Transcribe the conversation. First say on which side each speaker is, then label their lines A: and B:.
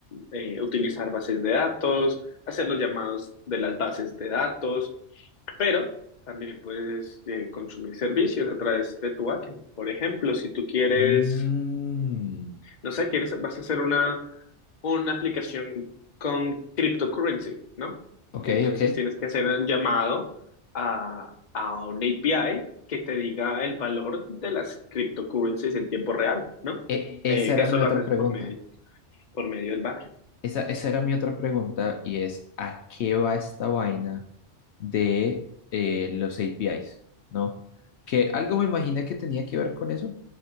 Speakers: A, on the left; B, on the left.
A: eh, utilizar bases de datos, hacer los llamados de las bases de datos, pero también puedes eh, consumir servicios a través de tu backend. Por ejemplo, si tú quieres
B: Mm,
A: no sé, quieres, vas a hacer una, una aplicación con cryptocurrency, ¿no?
B: ok,
A: Entonces
B: ok.
A: tienes que hacer un llamado a, a una API que te diga el valor de las cryptocurrencies en tiempo real, ¿no?
B: E- esa
A: Eh,
B: era
A: eso
B: mi
A: lo
B: otra
A: haces
B: pregunta.
A: por medio, por medio del backend.
B: Esa, esa era mi otra pregunta y es, ¿a qué va esta vaina de eh, los APIs? ¿No? Que algo me imaginé que tenía que ver con eso,